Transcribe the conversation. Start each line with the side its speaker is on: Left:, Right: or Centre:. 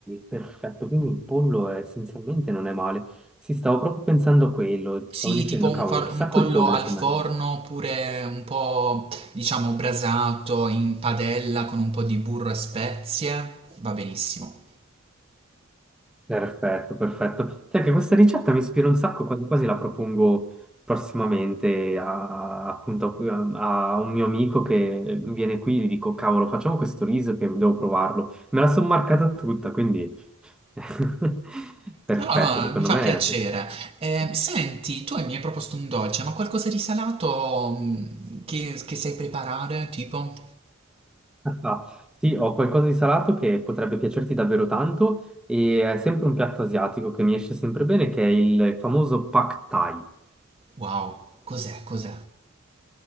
Centre: perfetto, quindi il pollo è- essenzialmente non è male. Sì, stavo proprio pensando a quello,
Right: Sì,
Centre: stavo dicendo,
Right: tipo un,
Centre: cavolo,
Right: for-
Centre: chissà
Right: un pollo
Centre: col pollo
Right: al
Centre: com'è.
Right: forno oppure un po', diciamo, brasato in padella con un po' di burro e spezie, va benissimo.
Centre: Perfetto, perfetto. Sai che questa ricetta mi ispira un sacco, quasi quasi la propongo prossimamente a, appunto, a a un mio amico che viene qui e gli dico, cavolo, facciamo questo riso che devo provarlo. Me la sono marcata tutta, quindi <laughs> perfetto,
Right: No, no,
Centre: secondo
Right: no, mi fa
Centre: me.
Right: piacere. Eh, senti, tu mi hai proposto un dolce, ma qualcosa di salato mm, che, che sai preparare? Tipo?
Centre: Ah, <laughs> sì, ho qualcosa di salato che potrebbe piacerti davvero tanto e è sempre un piatto asiatico che mi esce sempre bene, che è il famoso Pad Thai.
Right: Wow, cos'è? Cos'è?